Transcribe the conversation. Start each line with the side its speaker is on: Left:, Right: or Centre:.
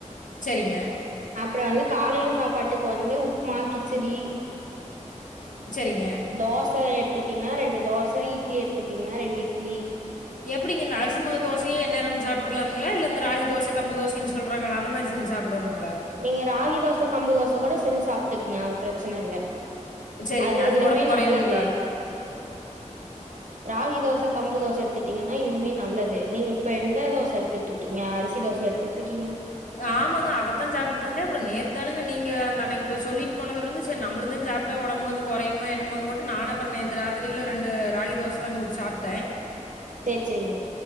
Left: செரிங்க
Right: அப்புறோ வந்து காலைல சாப்பாட்டுக்கு வந்து உப்மா கிச்சிடி
Left: சரிங்க
Right: தோச எடுத் துட்டீங்கன்னா ரெண்டு தோசை இட்லி எடுத்துட்டீங்கன்னா ரெண்டு இட்லி
Left: எப்படிங்க இந்த அரிசி மாவு தோசைய என் நேரமும் சாப்டுகாங்களா இல்ல இந்த ராகி தோச கம்பு தோசனு சொல்றாங்களா அந்த மாரி செஞ்சு சாப்பிடணுங்களா
Right: நீங்க ராகி தோச கம்பு தோச கூட செஞ்சு சாப் டுக்குங்க அது பிரச்சனை இல்ல
Left: சரிங்க
Right: அது இண்ணுமே
Left: உடம்பு குறையுங்களா
Right: நல்லது ராகி தோச கம்பு தோச எடுத்துட்டீங்கன்னா இன்னுமே நல்லது நீங்க இப்ப எந்த தோச எடுத்துட்டு இருக்கீங்க அரிசி தோசயா எடுத்துட்டு இருக்கீங்க
Left: ஆம் ஆமாங்க அததா சாப்டுட்டு இருந்தே அப்றோ நேத்தானுங்க நீங்க அந்த எனக்கு இப்ப சொல்லிட்டு போனதுலருந்து செரி நம்மளும்தா சாப்பிட்ட உடம்பு கொஞ்சோ குறையூமோ என்னமோட்டு நானும் அப்புறம் நேத்து ராத்திரில ரெண்டு ராகி தோசைதா ஊத்தி சாப்பிட்டேன்
Right: செரி செரிங்க